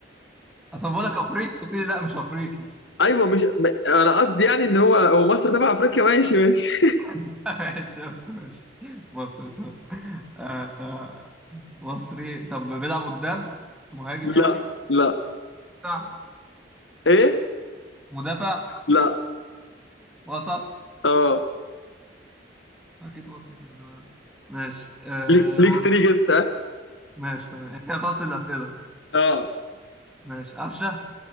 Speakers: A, in the centre; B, on the left.
A: اصل بقول لك افريقي قلت لي لا مش افريقي
B: ايوه مش ما- انا قصدي يعني ان هو هو مصر تبع افريقيا ماشي ماشي
A: <laughs> ماشي يا اسطى ماشي مصري تمام آه، آه، مصري طب بيلعب قدام مهاجم
B: لا
A: يعني
B: لا
A: دفاع
B: ايه
A: مدافع
B: لا
A: وسط
B: اه
A: اكيد وسط ماشي آه
B: ليك ليك
A: وسط
B: 3 جيس ها
A: ماشي تمام إيه، كده خلصت الاسئله
B: اه
A: ماشي قفشه